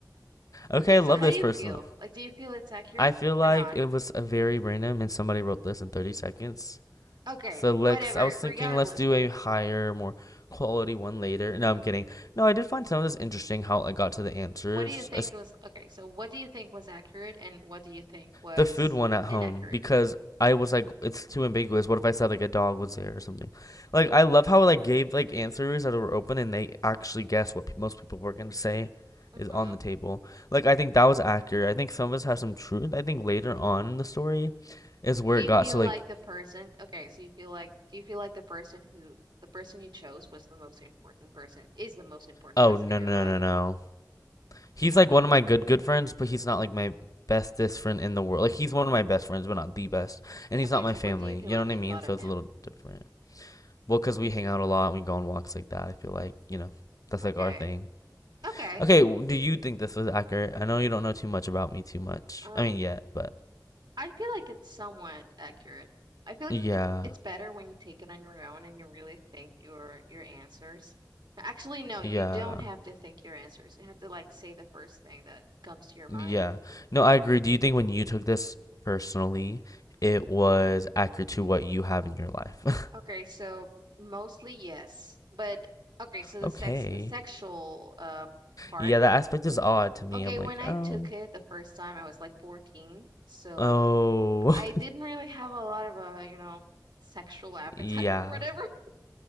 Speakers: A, on the left; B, on the right.
A: okay,
B: Okay,
A: I
B: so
A: love
B: how
A: this
B: do you
A: person.
B: feel? Like, do you feel it's accurate
A: I feel like
B: or not?
A: it was a very random, and somebody wrote this in thirty seconds.
B: Okay,
A: So let's.
B: whatever,
A: I was thinking
B: regardless,
A: let's do
B: but
A: a higher, more quality one later. No, I'm kidding. No, I did find some of this interesting how I got to the answers,
B: what do you think was okay, so what do you think was accurate and what do you think was
A: the food one at home
B: inaccurate?
A: because I was like, it's too ambiguous. What if I said like a dog was there or something? Like I love how it like gave like answers that were open and they actually guessed what pe most people were gonna say
B: hmm
A: is on the table. Like I think that was accurate. I think some of us have some truth. I think later on in the story is where
B: Do you
A: it got
B: feel
A: to like,
B: like the person, okay, so you feel like do you feel like the person who the person you chose was the most important person, is the most important
A: oh
B: person
A: no
B: in your
A: no
B: life?
A: no no. no. He's like one of my good good friends, but he's not like my bestest friend in the world. Like he's one of my best friends, but not the best. And he's
B: Okay,
A: not my
B: so
A: family.
B: what do you feel
A: You
B: like
A: know what
B: you
A: I mean?
B: thought
A: So
B: of
A: it's
B: him?
A: a little different. Well, because we hang out a lot, we go on walks like that. I feel like, you know, that's
B: Okay.
A: like our thing.
B: Okay.
A: Okay, w- do you think this was accurate? I know you don't know too much about me too much.
B: Um,
A: I mean, yet, but
B: I feel like it's somewhat accurate. I feel like
A: yeah,
B: it's it's better when you take it on your own and you really think your your answers. Actually, no, you
A: yeah,
B: don't have to think your answers. You have to like say the first thing that comes to your mind.
A: yeah. No, I agree. Do you think when you took this personally, it was accurate to what you have in your life?
B: Okay,
A: <laughs>
B: so mostly yes. But okay, so the
A: Okay.
B: sex the sexual um part.
A: Yeah, that aspect is odd to me.
B: Okay,
A: I'm like,
B: when I
A: um,
B: took it the first time, I was like 14. So
A: oh,
B: I didn't really have a lot of a, you know, sexual appetite
A: <laughs> yeah.
B: or whatever. <laughs>